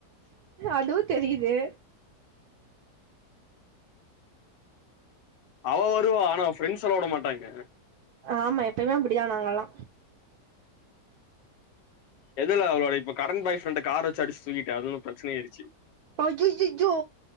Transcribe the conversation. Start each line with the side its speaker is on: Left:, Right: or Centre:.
Right: அதுவு தெரிது
Left: அவ வருவா ஆனா ஃப்ரெண்ட்ஸ்ல்லா உட மாட்டாய்ங்க
Right: ஆமா எப்பயுமே அப்டிதா நாங்கல்லா
Left: இல்லல்ல அவளோட இப்ப கரண்ட் பாய் ஃப்ரெண்ட கார வச்சு அடிச்சு தூக்கிட்டே அது வந்து பிரச்சன ஆய்டுச்சு
Right: ஐயய்யயோ